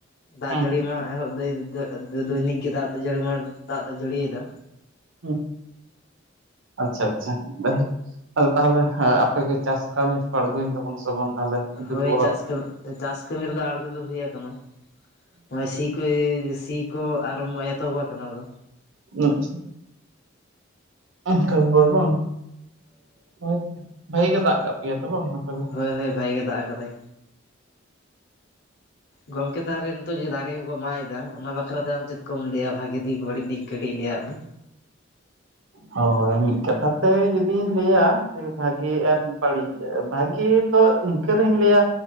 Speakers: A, on the left (about 55°); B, on the right (about 70°).
A: ᱫᱟᱜ
B: ᱦᱮᱸ
A: ᱡᱟᱹᱲᱤ ᱢᱟ ᱮᱦᱚᱵ ᱫᱟᱹ ᱫᱟᱹ ᱫᱟᱹ ᱫᱚᱭᱱᱤᱠ ᱜᱮ ᱫᱟᱜ ᱡᱟᱹᱲᱤ ᱢᱟ ᱫᱟᱜ ᱫᱚ ᱡᱟᱹᱲᱤᱭᱮᱫᱟ᱾
B: ᱦᱩᱸ ᱟᱪᱪᱷᱟ ᱟᱪᱪᱷᱟ᱾ <inaudible> ᱟᱫᱚ ᱛᱟᱦᱚᱞᱮ ᱟᱯᱮ ᱜᱮ ᱪᱟᱥ ᱠᱟᱹᱢᱤ ᱟᱬᱜᱚᱭᱮᱱ ᱛᱟᱵᱚᱱᱟ ᱥᱮ ᱵᱟᱝ? ᱛᱟᱦᱚᱞᱮ ᱡᱩᱛ
A: ᱦᱳᱭ
B: ᱵᱚᱨᱟ
A: ᱪᱟᱥ ᱠᱟᱹᱢᱤ ᱪᱟᱥ ᱠᱟᱹᱢᱤ ᱨᱮᱫᱚ ᱟᱬᱜᱳ ᱫᱚ ᱦᱩᱭ ᱟᱠᱟᱱᱟ ᱱᱚᱜᱚᱭ ᱥᱤ ᱠᱟᱹ ᱥᱤ ᱠᱚ ᱟᱨᱚᱢ ᱮᱛᱚᱦᱚᱵ ᱠᱟᱱᱟ ᱟᱫᱚ᱾
B: ᱟᱪᱪᱷᱟ᱾ <unintelligible> ᱵᱟᱝ? ᱦᱳᱭ ᱵᱷᱟᱹᱜᱤ ᱜᱮ ᱫᱟᱜ ᱠᱟᱜ ᱯᱮᱭᱟᱭ ᱛᱚ ᱵᱟᱝ ᱟᱯᱮ ᱫᱚ? <inaudible>
A: ᱦᱳᱭ ᱦᱳᱭ ᱵᱷᱟᱜᱮ ᱜᱮ ᱫᱟᱜ ᱟᱠᱟᱫᱟᱭ ᱜᱚᱝᱠᱮ ᱛᱟᱦᱚᱞᱮ ᱱᱤᱛᱚᱜ ᱡᱮ ᱫᱟᱨᱮ ᱠᱚᱠᱚ ᱢᱟᱜ ᱮᱫᱟ ᱚᱱᱟ ᱵᱟᱠᱷᱨᱟᱛᱮ ᱟᱢ ᱪᱮᱫ ᱠᱚᱢ ᱞᱟᱹᱭᱟ ᱵᱷᱟᱜᱮ ᱫᱤᱠ ᱵᱟᱹᱲᱤᱡ ᱫᱤᱠ ᱠᱟᱹᱴᱤᱡ ᱞᱟᱹᱭᱟᱜ ᱢᱮ᱾
B: ᱦᱳᱭ ᱢᱤᱫ ᱠᱟᱛᱷᱟ ᱛᱮ ᱡᱩᱫᱤᱧ ᱞᱟᱹᱭᱟ ᱡᱮ ᱵᱷᱟᱹᱜᱤ ᱟᱨ ᱵᱟᱹᱲᱤᱡ ᱵᱷᱟᱹᱜᱤ ᱫᱚ ᱱᱤᱝᱠᱟᱹ ᱨᱤᱧ ᱞᱟᱹᱭᱟ